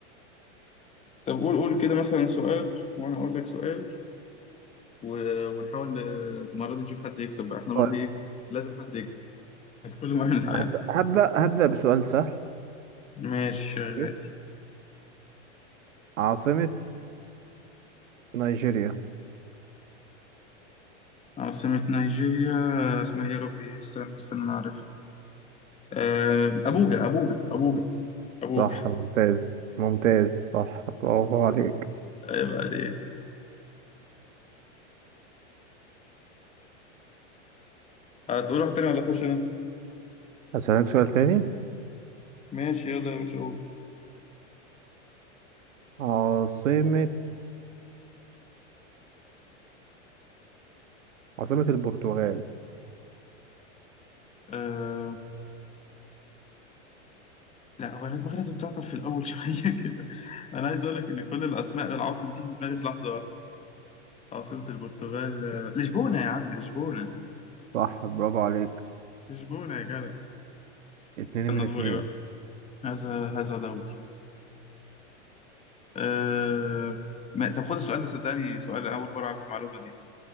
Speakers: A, on the left (about 15°); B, on the right (about 85°).
A: طب قول قول كده مثلا سؤال وأنا أقول لك سؤال و... ونحاول آه، المرة دي نشوف حد يكسب بقى إحنا المرة
B: طيب.
A: دي إيه؟ لازم حد يكسب كل مرة نتعادل
B: هس- هبدأ هبدأ بسؤال سهل
A: ماشي شغال.
B: ماشي. عاصمة نيجيريا
A: عاصمة نيجيريا آه، اسمها إيه يا ربي استنى استنى أنا عارفها آه، أبوجا أبوجا أبوجا أبوجا
B: صح ممتاز ممتاز صح برافو عليك
A: عيب عليك هتقول واحد تاني ولا أخش أنا؟
B: أسألك سؤال تاني
A: ماشي يلا يا باشا قول
B: عاصمة عاصمة البرتغال
A: آه... لا هو انا دماغي لازم تعطل في الاول <laughs> شويه كده انا عايز اقول لك ان كل الاسماء العواصم تيجي في دماغي في لحظه واحدة. عاصمه البرتغال آه، لشبونه يا عم لشبونه
B: صح برافو عليك
A: لشبونه يا جدع
B: اتنين
A: استنى
B: من اتنين
A: دوري بقى هذا هذا دوري آه... ما... طب خد السؤال ده صدقني سؤال اول مره اعرف المعلومه دي